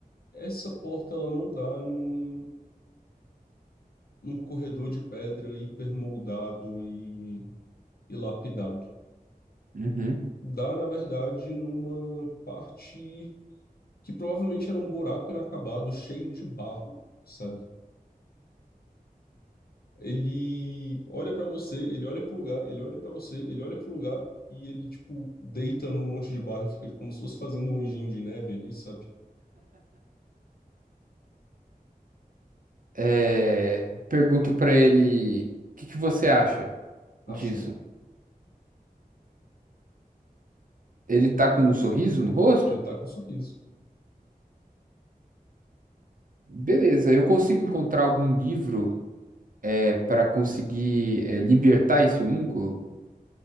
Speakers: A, on the left; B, on the right.
A: essa porta ela não dá num, num corredor de pedra hipermoldado e, e lapidado.
B: Uhum.
A: Dá, na verdade, numa parte que provavelmente era um buraco inacabado, cheio de barro, sabe? Ele olha pra você, ele olha pro lugar, ele olha pra você, ele olha pro lugar e ele, tipo, deita num monte de barro e fica como se fosse fazendo um anjinho de neve ali, sabe?
B: É, pergunto pra ele, o que que você acha
A: Acha?
B: disso? Ele tá com um sorriso no rosto?
A: Ele tá com um sorriso.
B: Beleza, eu consigo encontrar algum livro é, para conseguir é, libertar esse homúnculo?